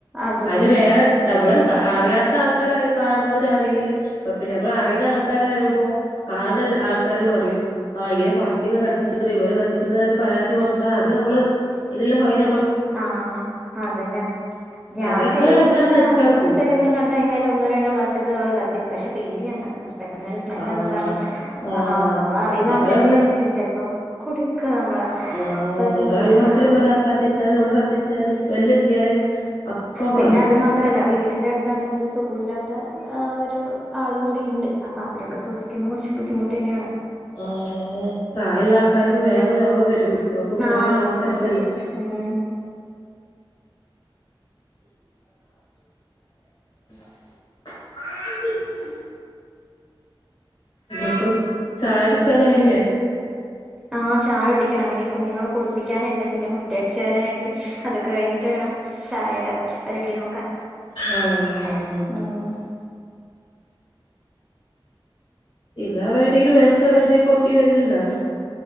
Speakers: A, in the centre; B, on the left.
A: അതുകൊണ്ട്
B: അത് വേറെ നമ്മള്, അറിയാത്ത ആൾക്കാരരിം കാണ് നോര് ണെങ്കില് കുഴപ്പല്യ. നമ്മള് അറിണ ആൾക്കാരാവുമ്പോ- കാണണ ആൾക്കാര് പറയൂ- ആഹ്, ഇങ്ങന പാസ്റ്റിക് കത്തിച്ചിക്ണ്. ഇവര് കത്തിച്ചു ന്നതിന്റെ പരാതി കൊടുത്താൽ, അത് നമ്മള് ഇല്ല ഫൈന്..
A: ആ., അതന്നെ ഞാൻ
B: അറിയാത്തോരാൾക്കാര്
A: ചെലീപ്പമുച്ച്
B: ശ്രദ്ധിക്കാതെ പോവും
A: എന്തെങ്കിലും കണ്ട് കഴിഞ്ഞാൽ ഒന്നോ, രണ്ടോ, പ്ലാസ്റ്റിക് അവർ കത്തിക്കും. പക്ഷ, പേടിയാന്ന്. പെട്ടെന്ന് ഒരു സ്മെല്ല്
B: ആഹ്
A: വന്ന കാരണം.
B: ആഹ്
A: മ് ആ നമ്മളറിയുന്ന
B: ഞങ്ങളവടെ
A: ആള് തന്നെയായിരിക്കും ചിലപ്പം കുടിക്ക നമ്മളെ,
B: ആഹ്
A: പ്പയ
B: ഞങ്ങളയൽവാസില്
A: തുപോലെ. ആഹ്.
B: ഇപ്പതാ കത്തിച്ചാല്, ഇവിടെ കത്തിച്ചാല്, സ്മെല്ലെത്തിയാല്- അപ്പ
A: പിന്നെ,
B: പറയും
A: അത് മാത്രല്ല. വീടിന്റെ അടുത്ത്- ണെങ്കിൽ, സുകുല്ലാത്ത ഒരു ആളും കൂടി ണ്ട്. അപ്പൊ, അവരൊക്കെ ശ്വസിക്കുമ്പോൾ, കുറച്ച് ബുദ്ധിമുട്ട് ന്നെയാണ്.
B: ആ ആ അ പ്രായള്ള ആൾക്കാർക്ക് വേഗ രോഗം പെരുകും ഓൾക്ക്, പ്രായള്ള
A: ആഹ്
B: ആൾക്കാര് ക്ക്
A: അതെ
B: അല്ലെ.
A: ഉം
B: <inaudible> <unintelligible> <inaudible> ചായുടിച്ചാനായില്ലേ
A: ഉം..
B: <inaudible>
A: ആ ചായ കുടിക്കണം പിന്നെ കുഞ്ഞുങ്ങളെ കുളിപ്പിക്കാനുണ്ട് പിന്നെ മുറ്റടിച്ചു വരാനുണ്ട് അതൊക്കെ കഴിഞ്ഞിട്ട് വേണം ചായയിടാൻ <unintelligible> നോക്കാൻ,
B: ആഹ്
A: ഉം -
B: ഇത് അവിടെ <inaudible> കൊട്ടി വരലുണ്ടോ